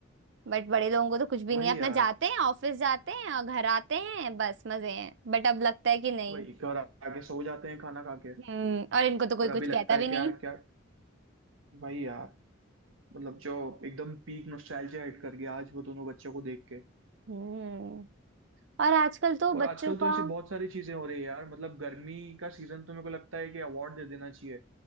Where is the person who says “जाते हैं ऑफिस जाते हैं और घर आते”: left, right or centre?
Right